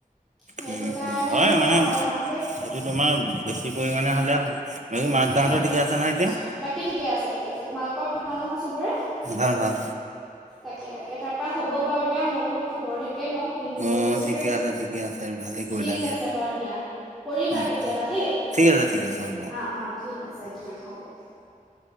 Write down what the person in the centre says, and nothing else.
সেইটো
কাৰণে
সেই
সাৱধান দেই।
সেইটোৱে
বাকী ঠিকে আছে, ঠিকে আছে। তোমালোকৰ ভাল নহয় চবৰে
তাকে তাকে তাৰপা। হ'ব বাৰু দিয়া মই বোলো খবৰ এটাকে লওঁ কিনো
কৰিছে।
ঠিক
আছে বাৰু দিয়া কৰিবা
কেতিয়াবা দেই
অ অ ঠিক আছে দিয়া হ'ব